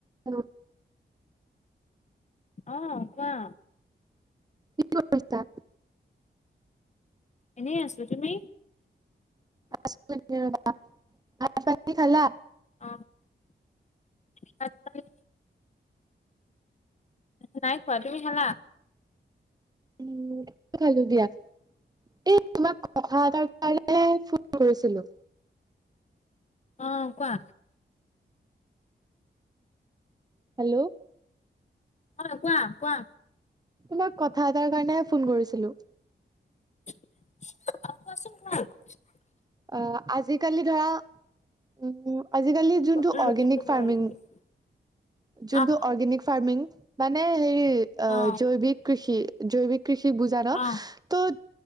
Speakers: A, on the right; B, on the left.
A: Hello.
B: অ', কোৱা।
A: কি কৰিছা?
B: এনেই আছোঁ, তুমি?
A: আছোঁ এনেই ৰ'বা, ভাত-পানী খালা?
B: অ', ভাত-পানী নাই খোৱা, তুমি খালা?
A: উম, খালো দিয়া, এই তোমাক কথা এটাৰ কাৰণে, হে ফোন কৰিছিলো।
B: অ', কোৱা।
A: হেল্ল'।
B: অ', কোৱা, কোৱা।
A: তোমাক কথা এটাৰ কাৰণেহে, ফোন কৰিছিলো।
B: অ', কোৱাচোন কোৱা।
A: অ', আজিকালি ধৰা উম, উম, আজিকালি যোনটো
B: উম
A: অৰ্গেনিক
B: ৰুটিটো মই
A: ফাৰ্মিং
B: ৰেডি কৰিছো।
A: যোনটো
B: অ
A: অৰ্গেনিক ফাৰ্মিং, মানে হেৰি, আ
B: অ
A: জৈৱিক কৃষি, জৈৱিক কৃষি বুজা ন,
B: অ অ
A: ত'